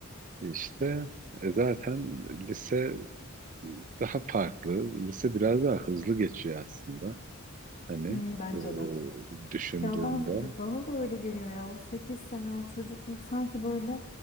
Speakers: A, on the right (about 40°); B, on the left (about 40°).
A: işte e, zaten lise daha farklı lise biraz daha hızlı geçiyor aslında hani
B: Hmm, bence
A: e,
B: de.
A: düşündüğünde
B: Ya ben de bana da öyle geliyor ya. O 8 sene o çocukluk sanki böyle